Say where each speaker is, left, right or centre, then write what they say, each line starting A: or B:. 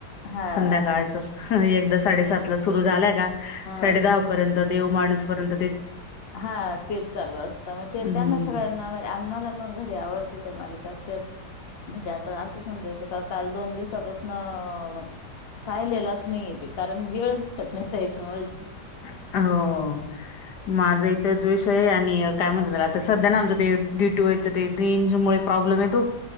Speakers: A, on the left; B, on the left.
A: हा
B: संध्याकाळचं. एकदा साडेसात ला सुरु झाला का साडे
A: हम्म
B: दहा पर्यंत देव माणूसपर्यंत
A: हा तेच चालू असतं मग ते
B: हम्म.
A: त्यांना सगळ्यांना म्हणजे आम्हाला घरी आवडते ते मालिका ते भज्या ता असं समजायचं का काल दोन दिवसापासूनं पाहिलेलाच नाही ते. कारण वेळचं भेटतं नाही ना त्यांच्या मुळे
B: हो माझं ही तेच विषय आहं आणि काय म्हणत्याला आता सध्या ना आमचं ते डेट टू एच ते रेंज मुळे प्रॉब्लेम येतो.